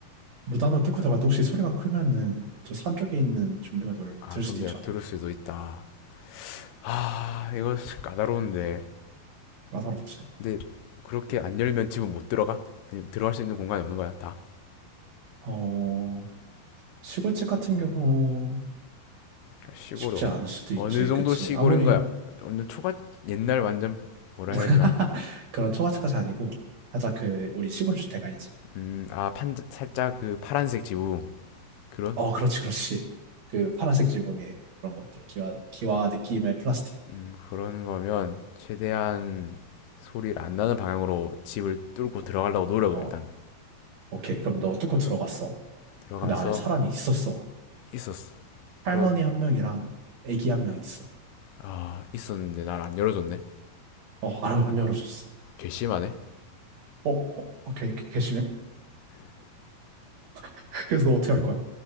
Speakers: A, on the right; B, on the left.
A: 무단으로 뚫고 들어갈 때 혹시 소리가 크면은 저 산 쪽에 있는 좀비가 들,
B: 아,
A: 들
B: 좀비가
A: 수도 있지 않아?
B: 들을 수도 있다. 아, 이거 까다로운데.
A: 까다롭지.
B: 근데 그렇게 안 열면 집은 못 들어가? 아니, 들어갈 수 있는 공간이 없는 거야, 다?
A: 어, 시골집 같은 경우
B: 그러니까 시골이
A: 쉽지
B: 어,
A: 않을 수도 있지,
B: 어느 정도
A: 그치?
B: 시골인
A: 아무리
B: 거야? 완전 초가 옛날 완전 뭐라
A: <laughs>
B: 해야 되나?
A: 그런 초가집까지 아니고 살짝 그 우리 시골 주택 알지?
B: 음, 아, 판 살짝 그 파란색 지붕 그런
A: 어 그렇지 그렇지 그 파란색 지붕에 그런 것들 기와 기와 느낌의 플라스틱
B: 음, 그런 거면 최대한 소리를 안 나는 방향으로 집을 뚫고 들어가려고 노력을
A: 어
B: 일단
A: 오케이 그럼 너 뚫고 들어갔어
B: 들어가서
A: 근데 안에 사람이 있었어
B: 있었어.
A: 할머니
B: 그러
A: 한 명이랑 애기 한 명 있어
B: 아 있었는데 날 안 열어줬네.
A: 어 안 안 열어줬어
B: 괘씸하네.
A: 어, 어 오케이 게- 게해 <laughs> 그래서 너 어떻게 할 거야?